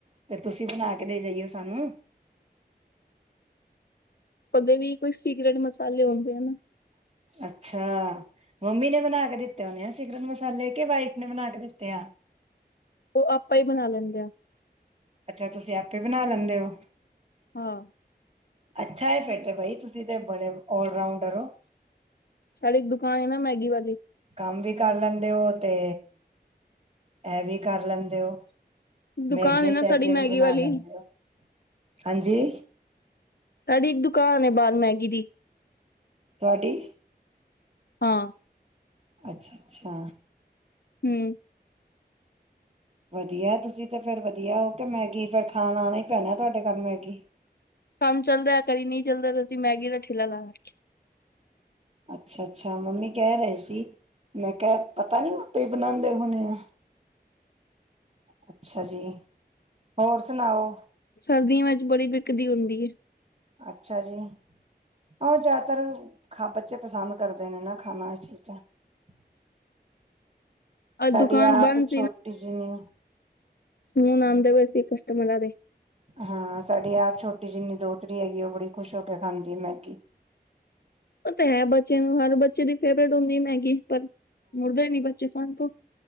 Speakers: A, on the right (about 40°); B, on the left (about 70°).
A: ਤੇ ਤੁਸੀਂ ਬਣਾ ਕੇ ਦੇ ਜਾਈਓ ਸਾਨੂੰ।
B: ਕਦੇ ਵੀ ਕੋਈ ਸੀਕਰਟ ਮਸਾਲੇ ਹੁੰਦੇ ਹਨ ਨਾ।
A: ਅੱਛਾ। ਮੰਮੀ ਨੇ ਬਣਾ ਕੇ ਦਿੱਤੇ ਉਹਨੇ ਆ ਸਿਕਰਟ ਮਸਾਲੇ ਕੇ ਵਾਈਫ ਨੇ ਬਣਾ ਕੇ ਦਿੱਤੇ ਆ।
B: ਓ ਆਪਾਂ ਈ ਬਣਾ ਲੈਂਦੇ ਆ।
A: ਅੱਛਾ, ਤੁਸੀਂ ਆਪੇ ਬਣਾ ਲੈਂਦੇ ਓ?
B: ਹਾਂ।
A: ਅੱਛਾ ਏ, ਫੇਰ ਤੇ ਬਾਈ ਤੁਸੀ ਤੇ ਬੜੇ ਆਲਰਾਊਂਡਰ ਓ।
B: ਸਾਡੇ ਇੱਕ ਦੁਕਾਨ ਐ ਨਾ ਮੈਗੀ ਵਾਲੀ
A: ਕੰਮ ਵੀ ਕਰ ਲੈਂਦੇ ਓ, ਤੇ ਐ ਵੀ ਕਰ ਲੈਂਦੇ ਓ।
B: ਦੁਕਾਨ
A: ਮੈਗੀਆਂ-
B: ਹੈ ਨਾ
A: ਸ਼ੈਗੀਆਂ
B: ਸਾਡੀ ਮੈਗੀ
A: ਵੀ ਬਨਾ
B: ਵਾਲੀ
A: ਲੈਂਦੇ ਓ, ਹਾਂਜੀ
B: ਸਾਡੀ, ਦੁਕਾਨ ਐ ਬਾਰ ਮੈਗੀ ਦੀ।
A: ਤੁਆਡੀ?
B: ਹਾਂ।
A: ਅੱਛਾ -ਅੱਛਾ।
B: ਹਮ
A: ਵਧੀਆ ਤੁਸੀ ਤਾਂ, ਫੇਰ ਵਧੀਆ ਓ, ਤੇ ਮੈਗੀ ਫੇਰ ਖਾਣ ਆਣਾ ਈ ਪੈਣਾ ਤੁਹਾਡੇ ਘਰ ਮੈਗੀ।
B: ਕੰਮ ਚੱਲਦਾ, ਕਦੀ ਨਈਂ ਚੱਲਦਾ ਤੇ ਅਸੀ ਮੈਗੀ ਦਾ ਠੇਲਾ ਲਾ <unintelligible>
A: ਅੱਛਾ -ਅੱਛਾ ਮੰਮੀ ਕੇਹ ਰਏ ਸੀ। ਮੈਂ ਕੇਆ, ਪਤਾ ਨੀ ਉਤੇ, ਬਨਾਂਦੇ ਹੋਨੇ ਐ।
B: <inaudible>
A: ਅੱਛਾ ਜੀ, ਹੋਰ ਸੁਨਾਓ?
B: ਸਰਦੀਆਂ, ਵਿੱਚ ਬੜੀ ਵਿਕਦੀ ਹੁੰਦੀ ਐ।
A: ਅੱਛਾ, ਜੀ। ਓ, ਜੈਆਦਾਤਰ ਖਾ ਬੱਚੇ ਪਸੰਦ ਕਰਦੇ ਨੇ ਨਾ ਖਾਨਾ <unintelligible>
B: ਅੱਜ
A: ਸਾਡੀ,
B: ਦੁਕਾਨ
A: ਆਪ
B: ਬੰਦ
A: ਛੋਟੀ ਜਈ।
B: ਫੋਨ ਆਂਦੇ ਵਏ ਸੀ, ਕਸਟਮਰਾਂ ਦੇ।
A: ਹਾਂ, ਸਾਡੀ ਆਪ ਛੋਟੀ ਜਿੰਨੀ ਦੋਤਰੀ ਹੈਗੀ, ਓ ਬੜੀ ਖੁਸ਼ ਹੋ ਕੇ ਖਾਂਦੀ ਐ ਮੈਗੀ।
B: ਓ ਤਾਂ ਹੈ, ਬੱਚੇ ਨੂੰ ਹਰ ਬੱਚੇ ਦੀ ਫੇਵਰਟ ਹੁੰਦੀ। ਮੈਗੀ ਪਰ ਮੁੜਦਾ ਈ ਨੀ, ਬੱਚੇ ਖਾਣ ਤੋਂ